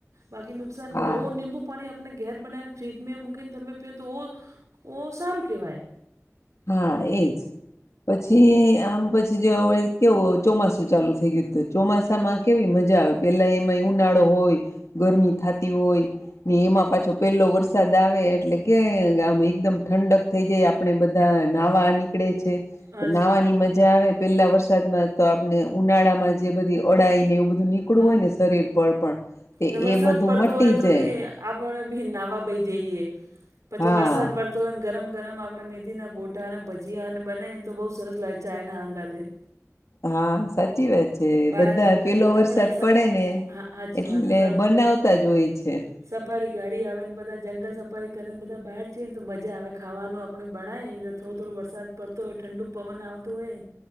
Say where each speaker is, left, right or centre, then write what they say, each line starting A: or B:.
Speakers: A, on the right (about 80°); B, on the left (about 70°).
A: બાકીનું નુકસાન
B: હા
A: કરે ઓબુ પાણી આપણે ઘેર બનાવીને ફ્રીજમાં મૂકીને તમે પીઓ તો ઓ સારું કેવાય.
B: હા એજ. પછી આમ પછી જે હવે કેવું ચોમાસું ચાલુ થઈ ગયું હતું. ચોમાસામાં કેવી મજા આવે પહેલાં એમાંય ઉનાળો હોય ગરમી થતી હોય. ને એમાં પાછો પેલો વરસાદ આવે એટલે કે આમ એકદમ ઠંડક થઈ જાય આપે બધા. બધા નાહવા નીકળે છે,
A: નાહવાની
B: તો નાહવા ની મજા આવે પેલા વરસાદમાં તો આપણે ઉનાળા માં જે બધી અડાઈ ને એવું બધું નીકળવું હોય
A: હા જ.
B: ને શરીર પર પણ. તે
A: ને વરસાદ
B: એ બધું
A: પડતો
B: મટી
A: હોય
B: જાય
A: તો બી આપણે ભી નાવા બહી જઈએ, પછી
B: હા
A: વરસાદ વર તોને ગરમ ગરમ આપણેે મેંદી ના ગોઠા અને ભજીયા અને બનેને તો બહુ સરસ લાગે ચાયના આંગા. <unintelligible>
B: હા સાચી વા છે. જે
A: બહાર
B: બધા પેલો વરસાદ
A: આપણે સ
B: પડે ને
A: હા હાચી
B: એટલે
A: વાત સ
B: બનાવતા જ હોય છે.
A: સફારી ગાડી આવે ને બધાચ. જંગલ સફારી કરે ને બધા બહાર જઈને તો મજા આવે ખાવાનું આપણે બણાયને થોડો થોડો વરસાદ પડતો હોય ઠંડુ પવન આવતો હોય.